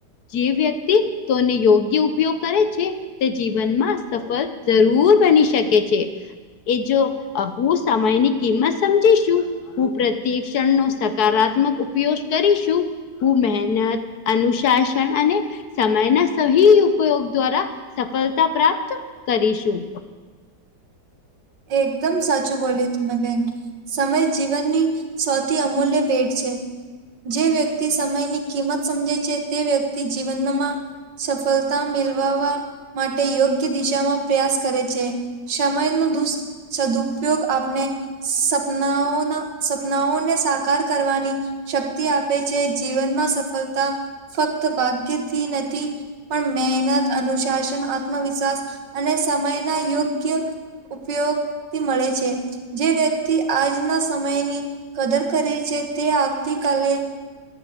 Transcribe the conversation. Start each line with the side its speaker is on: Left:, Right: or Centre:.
Left: જે વ્યક્તિ તોને યોગ્ય ઉપયોગ કરે છે. તે જીવનમાં સફળ જરૂર બની શકે છે. એ જો હું સમયની કિંમત સમજીશું હું પ્રત્યેક ક્ષણ નો સકારાત્મક ઉપયોગ કરીશ હું મહેનત અનુશાસન અને સમયના સહી ઉપયોગ દ્વારા સફળતા પ્રાપ્ત કરીશું
Right: એકદમ સાચું બોલી તમે બેન સમય જીવનની સૌથી અમૂલ્ય ભેટ છે. જે વ્યક્તિ સમયની કિંમત સમજે છે તે વ્યક્તિ જીવનમાં સફળતા મેળવવા માટે યોગ્ય દિશામાં પ્રયાસ કરે છે સમયનું દુષ સદુપયોગ આપને સપનાઓના સપનાઓને સાકાર કરવાની શક્તિ આપે છે જીવનમાં સફળતા ફક્ત ભાગ્યથી નથી પણ મહેનત અનુશાસન આત્મવિશ્વાસ અને સમયના યોગ્ય ઉપયોગથી મળે છે જે વ્યક્તિ આજના સમયની કદર કરે છે તે આવતી કાલે